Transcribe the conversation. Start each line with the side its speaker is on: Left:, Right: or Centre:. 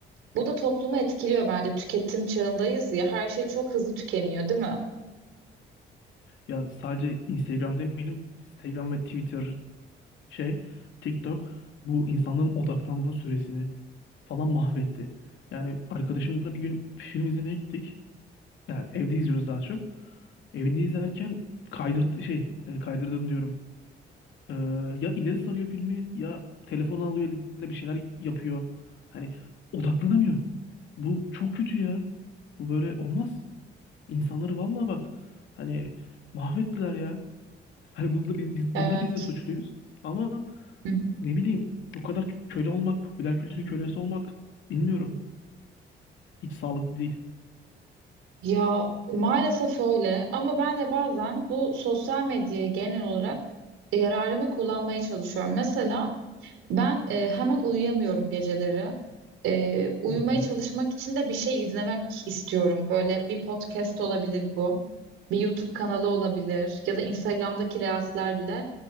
Right: bu da toplumu etkiliyor bence. Tüketim çağındayız ya her şey çok hızlı tükeniyor, değil mi?
Left: ya sadece Instagram demeyelim. Instagram ve Twitter şey, TikTok bu insanların odaklanma süresini falan mahvetti. Yani arkadaşımla bir gün film izlemeye gittik. Yani evde izliyoruz daha çok. Evinde izlerken kaydırdı şey e, kaydırdığını diyorum. Ee, ya ileri sarıyor filmi ya telefonu alıyor elinde bir şeyler yapıyor. Hani odaklanamıyor. Bu çok kötü ya. Bu böyle olmaz. İnsanları vallahi bak hani mahvettiler ya. Hani bunda biz, biz
Right: Evet.
Left: bunda biz de suçluyuz. Ama
Right: Hı hı.
Left: ne bileyim bu kadar köle olmak, popüler kültürün kölesi olmak bilmiyorum. Hiç sağlıklı değil.
Right: Ya maalesef öyle ama ben de bazen bu sosyal medyayı genel olarak yararıma kullanmaya çalışıyorum. Mesela Ben e, hemen uyuyamıyorum geceleri. E, uyumaya
Left: Hı hı.
Right: çalışmak için de bir şey izlemek istiyorum. Böyle bir podcast olabilir bu. Bir YouTube kanalı olabilir ya da Instagram'daki Reels'ler bile.